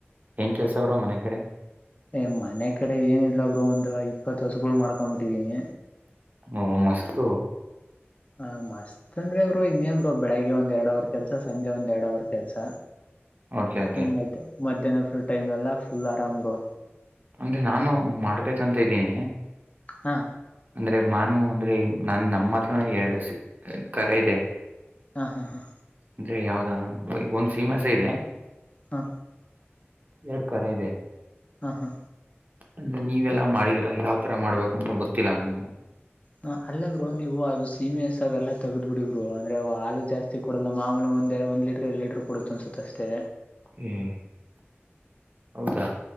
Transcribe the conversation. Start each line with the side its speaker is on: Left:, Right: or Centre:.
Right: ಹೆಂಗ್ ಕೆಲ್ಸವ್ರರು ಮನೆ ಕಡೆ
Left: ಏ ಮನೆ ಕಡೆ ಏನು ಇಲ್ಲ ಬ್ರರು ಒಂದ ಇಪ್ಪತ್ ವರ್ಷಗಳು ಮಾಡ್ಕೊ್ಬಿಟ್ಟಿದೀನಿ
Right: ಓ ಮಸ್ತ
Left: ಹ ಮತ್ ಅಂದ್ರೆ ಇರು ಇನ್ನೇನ್ರು ಬೆಳಿಗ್ಗೆ ಒಂದ್ ಎರಡ್ ಅವರ್ ಕೆಲ್ಸ ಸಂಜೆ ಒಂದ್ ಎರಡ್ ಅವರ್ ಕೆಲ್ಸ
Right: ಓಕೆ ಓಕೆ
Left: ಇನ್ ಮ ಮಧ್ಯಾಹ್ನರು ಟೈಮ್ ಎಲ್ಲಾ ಫುಲ್ ಆರಾಮ್ರು
Right: ಅಂದ್ರೆ ನಾನು ಮಾಡ್ಬೇಕಂತ ಇದ್ದೀನಿ
Left: ಹಾ
Right: ಅಂದ್ರೆ ಮಾನವ ಅಂದ್ರೆ ನ ನಮ್ಮ ಹತ್ರನ ಎರಡು ಕರ ಇದೆ
Left: ಹಾ ಹಾ ಹಾ
Right: ಅಂದ್ರೆ ಯಾವ್ದ ಒಂದ್ ಫೀಮಸ್ ಇದೆ
Left: ಹಾ
Right: ಎರಡ್ ಕರ ಇದೆ
Left: ಹಾ ಹಾ
Right: ಅಂದ್ರೆ ನೀವೆಲ್ಲಾ ಮಾಡಿದರ ಯಾವ ತರ ಮಾಡ್ಬೇಕು ಅಂತ ಗೊತ್ತಿಲ್ಲ ನಂಗು
Left: ಹ ಅಲ್ಲ ಗರು ನೀವು ಅದು ಸೀಮೆಸ ಎಲ್ಲ ತಗ್ದ್ ಬಿಡಿಗ್ರು ಅಂದ್ರೆ ಹಾಲು ಜಾಸ್ತಿ ಕೊೂಡಲ್ಲ ಮಾಮೂಲು ಒಂದ ಎ ಒಂದ ಲೀಟರ್ ಎರಡ್ ಲೀಟರ್ ಕೊಡು ಅನ್ಸುತ್ತ ಅಷ್ಟೇ
Right: ಹ್ಮ್ ಹೌದಾ